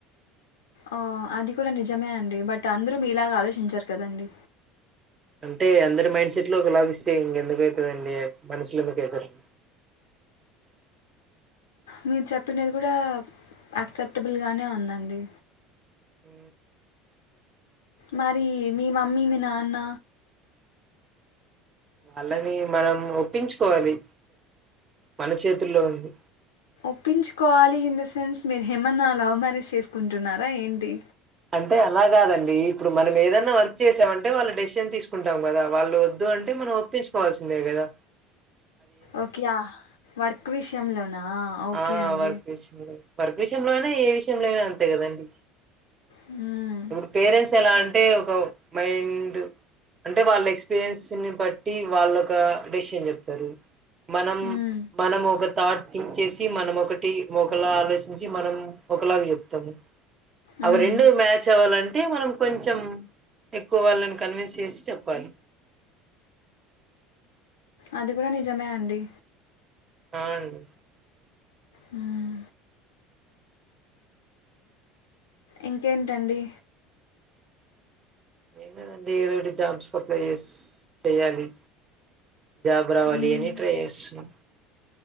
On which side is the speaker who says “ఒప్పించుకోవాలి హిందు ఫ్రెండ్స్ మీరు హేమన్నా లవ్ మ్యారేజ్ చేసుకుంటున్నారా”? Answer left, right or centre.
Left